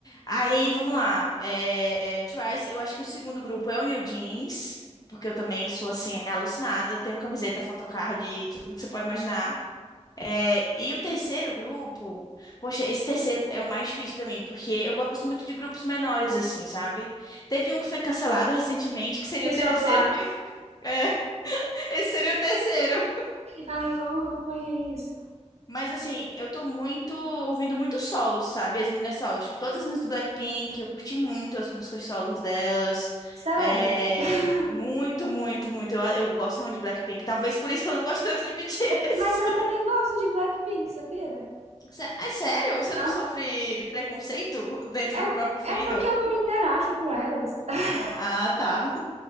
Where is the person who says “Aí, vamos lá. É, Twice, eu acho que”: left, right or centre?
Left